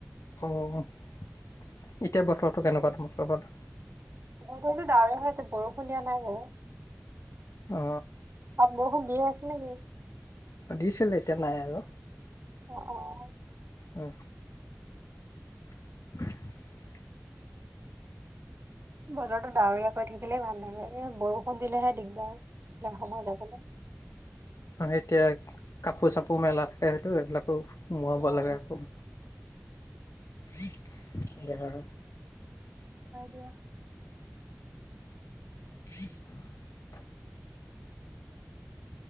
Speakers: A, on the left; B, on the right.
A: অ এতিয়া বতৰটো কেনেকুৱা তম ক'বাত
B: বো ডাৱৰে হৈ আছে বৰষুণ দিয়া নাই বাৰু
A: অ
B: অ বৰষুণ দিয়ে আছে <unintelligible>
A: দিছিল এতিয়া নাই আৰু
B: অ অ
A: উম <unintelligible>
B: বতৰটো ডাৱৰীয়াাকৈ থাকিলেই ভাল লাগে এ বৰষুণ দিলেহে দিগদাৰিল সময় যাবলৈ
A: এতিয়া কাপোৰ চাপোৰ মেলা থাকে সেইটো সেইবিলাকো। সোৱাব
B: উম
A: লাগে আকৌ এয়য়া আৰু
B: ক দিয়া
A: <inaudible>